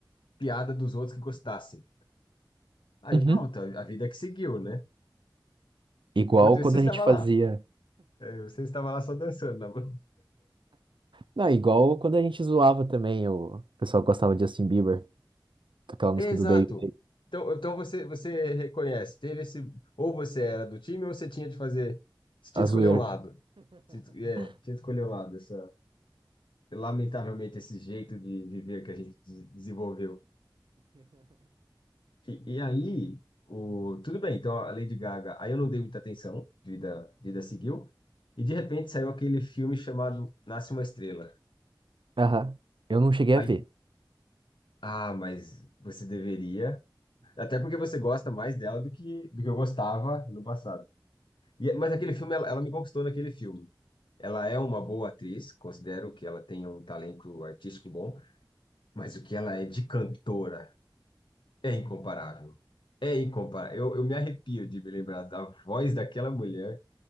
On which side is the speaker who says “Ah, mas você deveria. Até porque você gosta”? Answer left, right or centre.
Left